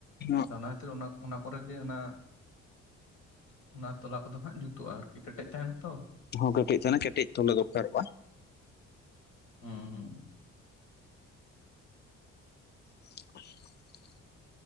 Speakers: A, on the left; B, on the left.
A: ᱦᱮᱸ
B: ᱟᱫᱚ ᱚᱱᱟ ᱠᱷᱟᱹᱛᱤᱨ ᱚᱱᱟ ᱚᱱᱟ ᱠᱚᱨᱮ ᱜᱮ ᱚᱱᱟ ᱚᱱᱟ ᱛᱚᱞᱟ ᱠᱚᱫᱚ ᱦᱟᱸᱜ ᱡᱩᱛᱩᱜᱼᱟ ᱟᱨᱠᱤ ᱠᱮᱴᱮᱡ ᱛᱟᱦᱮᱱᱟ ᱛᱚ
A: ᱦᱚᱸ ᱠᱮᱮᱴᱮᱡ ᱛᱟᱦᱮᱬᱟ ᱠᱮᱴᱮᱡ ᱛᱚᱞᱮ ᱫᱚᱨᱠᱟᱨᱚᱜᱼᱟ
B: ᱦᱩᱸ ᱦᱩᱸ
A: <unintelligible>